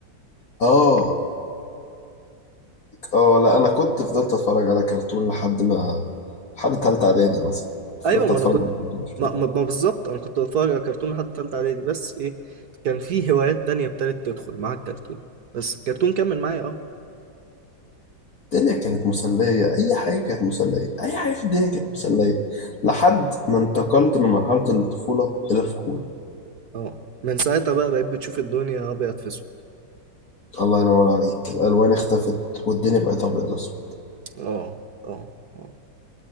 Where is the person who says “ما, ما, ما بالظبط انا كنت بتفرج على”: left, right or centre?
Right